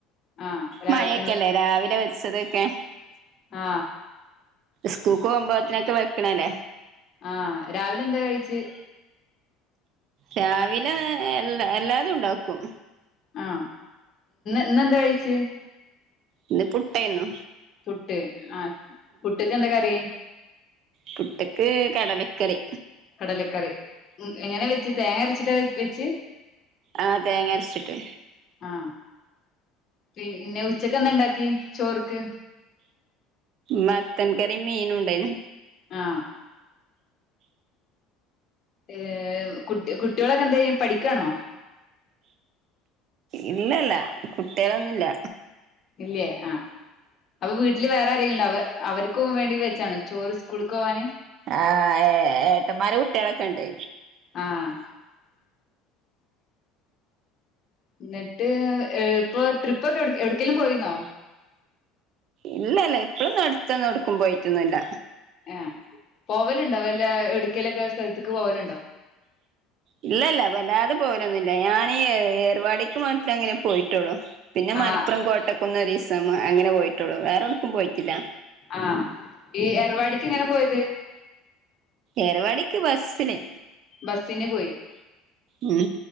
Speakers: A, on the left (about 40°); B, on the right (about 55°).
A: ആഹ് രാവിലെ
B: മഴയൊക്കെയല്ലേ രാവിലെ വെച്ചത് ഓക്കെ
A: ആ
B: സ്കൂക്ക് പോകുമ്പോത്തിനൊക്കെ വെക്കണല്ലേ
A: ആ രാവിലെ എന്തോ കഴിച്ചു
B: രാവിലെ എല്ല എല്ലാതും ഉണ്ടാക്കും
A: ആ ഇന്നെന്താ കഴിച്ചേ
B: ഇന്ന് പുട്ടാരുന്നു
A: പുട്ട് ആ പുട്ടുക്ക് എന്താ കറി
B: പുട്ടുക്ക് കടലക്കറി
A: കടലക്കറി എങ്ങനെ വെ ച്ച് തേങ്ങ അരച്ചിട്ടാ വെച്ച്
B: ആഹ് തേങ്ങ അരച്ചിട്ട്
A: ആ പിന്നെ ഉച്ചക്കെന്താ ഉണ്ടാക്കി ചോർക്ക്
B: മത്തൻ കറിയും മീനും ഉണ്ടായിനു
A: ആ ഏ കുട്ടി കുട്ടികളൊക്കെ എന്താ ചെയ്യാ പഠിക്കാണോ
B: ഇല്ലില്ല കുട്ടികളൊന്നും ഇല്ല
A: ഇല്ലേ ആ അപ്പൊ വീട്ടില് വേറെ ആരെങ്കിലും ഉണ്ടോ അവ അവർക്ക് പോകാൻ വേണ്ടി വെച്ചതാണോ ചോറ് സ്കൂളക്ക് പോവാന്
B: ആ ഏ ഏട്ടന്മാരുടെ കുട്ടികളൊക്കെ ഉണ്ട്
A: ആഹ് എന്നിട്ട് ഇപ്പൊ ട്രിപ്പൊക്കെ എ എവിടക്കലും പോയിന്നോ?
B: ഇല്ലല്ല ഇപ്പഴും നടത്തന്ന് കൊടുക്കും പോയിട്ടൊന്നല്ല.
A: ആഹ് പോവലുണ്ടോ വല്ല എടുക്കലൊക്കെ സ്ഥലത്തേക്ക് പോവലുണ്ടോ?
B: ഇല്ലല്ല വല്ലാതെ പോവലൊന്നുല്ല ഞാനീ ഏർവാടിക്ക് മാത്രം അങ്ങനെ പോയിട്ടുള്ളു. പിന്നെ
A: ആഹ്
B: മലപ്പുറം കോട്ടക്കുന്ന് ഒരീ അങ്ങനെ പോയിട്ടുള്ളൂ വേറോടുക്കും പോയിട്ടില്ല.
A: ആ ഈ എർവാടിക്ക് എങ്ങനെ പോയത്?
B: ഏർവാടിക്ക് ബസിന്.
A: ബസിന് പോയി.
B: ഉം